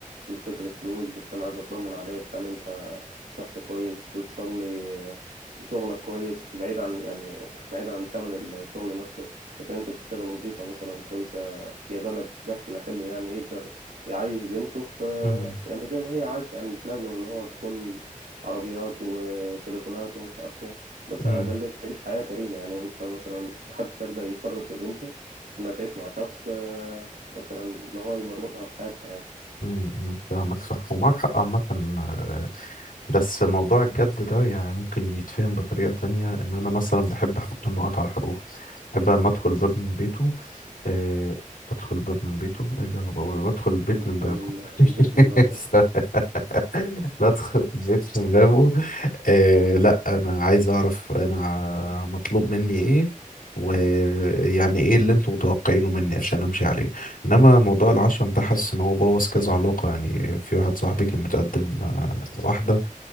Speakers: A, on the right; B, on the left.
A: ومش فكرة فلوس بس انا عايز اطمن عليك هل انت شخص كويس بتصلي شغلك كويس بعيد عن يعني بعيد عن ثمن الشغل نفسه لكن انت بتشتغل وظيفة مثلا كويسة جايبه لك دخل حلو يعني يقدر يعيش بنته في
B: امم
A: يعني زي ما هي عايشة يعني مش لازم اللي هو تكون عربيات وتليفونات ومش عارف ايه بس
B: امم
A: على الأقل تعيش حياة كريمة يعني انت مثلا محدش يرضى يفرط في بنته انها تعيش مع شخص آه، مثلا اللي هو يمرمطها في حياتها يعني
B: امم فاهمك صح ومعاك حق عامة آه، بس موضوع الجد ده يعني ممكن يتفهم بطريقة تانية إن أنا مثلا بحب أحط النقط على الحروف بحب لما أدخل باب من بيته أه أدخل باب من بيته إيه اللي أنا بقوله بدخل البيت
A: يدخل
B: من بابه
A: ال-
B: <laughs>
A: البيت من بابه
B: بدخل البيت من بابه آه لا انا عايز اعرف انا ع- مطلوب مني ايه ويعني ايه اللي انتم متوقعينه مني عشان امشي عليه انما موضوع العشم ده حاسس ان هو بوظ كذا علاقة يعني في واحد صاحبي كان متقدم آه، لواحدة